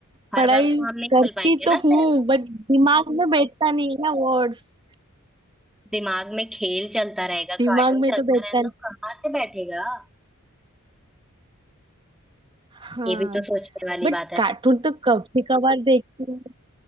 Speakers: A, on the right (about 25°); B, in the centre.
A: पढ़ाई
B: हर बार तो हम नहीं
A: करती
B: चल पाएंगे
A: तो
B: ना तेरे
A: हूँ बट दिमाग में बैठता नहीं है ना वर्ड्स
B: दिमाग में खेल चलता रहेगा
A: दिमाग
B: कार्टून
A: में
B: चलता
A: तो बैठता
B: रहेगा
A: नहीं
B: तो कहाँ से बैठेगा
A: हाँ
B: ये भी तो सोचने वाली
A: बट
B: बात है
A: कार्टून तो कभी कभार देखती हूँ